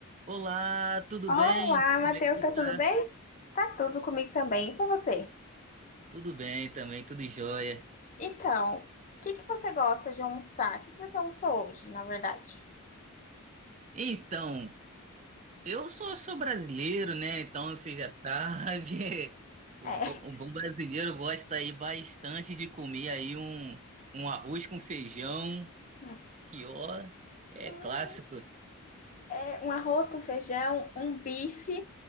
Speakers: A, on the right; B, on the left.
A: Olá, tudo
B: Olá,
A: bem?
B: Matheus,
A: Como é que você
B: tá tudo
A: tá?
B: bem? Tá tudo comigo também, e com você?
A: Tudo bem também, tudo jóia.
B: Então, o que que você gosta de almoçar? O que que você almoçou hoje, na verdade?
A: Então, eu só sou brasileiro, né? Então você já sabe, <laughs> o
B: É,
A: bom, o bom brasileiro gosta aí bastante de comer aí um, um arroz com feijão,
B: <laughs> nossa.
A: que ó, é
B: Hum,
A: clássico.
B: É um arroz com feijão, um bife,